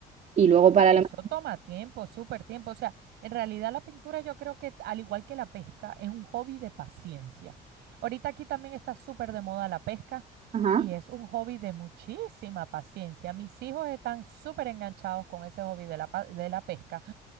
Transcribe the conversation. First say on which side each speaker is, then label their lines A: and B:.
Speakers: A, on the right (about 45°); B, on the right (about 80°).
A: y luego para
B: Eso
A: lo mejor.
B: toma tiempo, súper tiempo. O sea, en realidad la pintura yo creo que, al igual que la pesca, es un hobby de paciencia. Ahorita aquí también está súper de moda la pesca
A: Ajá.
B: y es un hobby de muchísima paciencia. Mis hijos están súper enganchados con ese hobby de la, pa- de la pesca